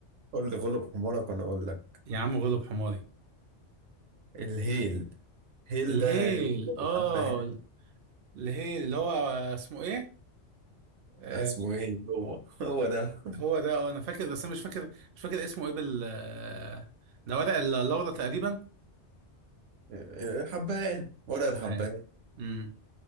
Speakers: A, on the right; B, on the right.
A: قول لي غلب حمارك وانا اقول لك
B: يا عم غلب حماري
A: الهيل هيل
B: الهيل
A: ده يعني
B: اه
A: الحبهان
B: الهيل اللي هو اسمه ايه آه...
A: آه، اسمه ايه هو هو ده
B: هو ده اه انا فاكر بس انا مش فاكر مش فاكر اسمه ايه بال آه، ده ورق اللورا تقريبا
A: <laughs> حبان ورق
B: الحبهان
A: الحبان
B: امم